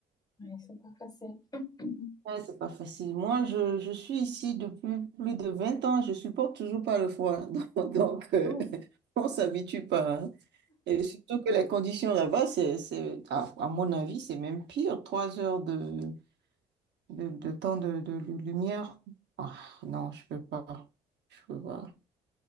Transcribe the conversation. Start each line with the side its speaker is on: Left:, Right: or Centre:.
Left: Oui, c'est pas facile. <coughs> <clears throat>
Right: Ouais, c'est pas facile. Moi, je, je suis ici depuis plus de 20 ans. Je supporte toujours pas le froid. <laughs> Donc, donc, euh,
Left: Oh,
Right: <laughs> on s'habitue pas. hein. Et surtout que les conditions là-bas, c'est, c'est, à, à mon avis, c'est même pire. Trois heures de, de, de temps de, de- de lumière. Ah, non, je peux pas. Je peux pas.